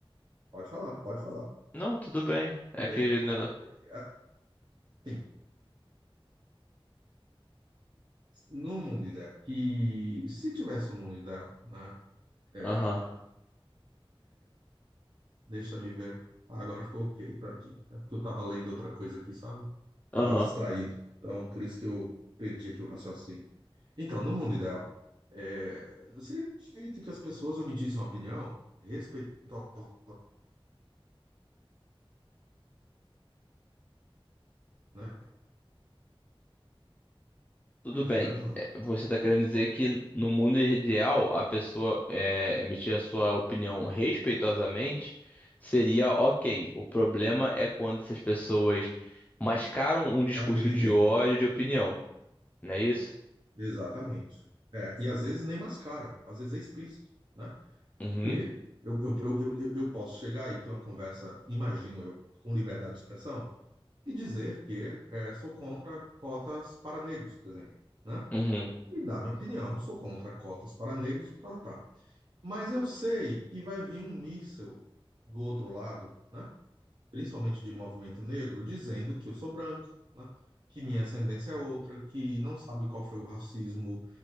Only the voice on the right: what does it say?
pode falar, pode falar.
é,
é, assim, no mundo ideal, que se tivesse um mundo ideal, né? é,
deixa-me ver. Ah, agora ficou ok para aqui. É porque eu tava lendo outra coisa aqui, sabe?
Tava distraído. Então, por isso que eu perdi aqui o raciocínio. Então, no mundo ideal, é, seria perfeito que as pessoas emitissem uma opinião respeitosamente, né?
Tarde,
né, mano?
E,
Agridem,
exatamente. É, e às vezes nem mascara, às vezes é explícito, né?
E eu, eu, eu, eu, eu eu posso chegar e ter uma conversa, imagino eu, com liberdade de expressão e dizer que eh, sou contra cotas para negros, por exemplo, né?
E dar minha opinião, sou contra cotas para negros, tá, tá. tá. Mas eu sei que vai vir um míssil do outro lado, né? Principalmente de movimento negro, dizendo que eu sou branco, né? Que minha ascendência é outra, que não sabe qual foi o racismo,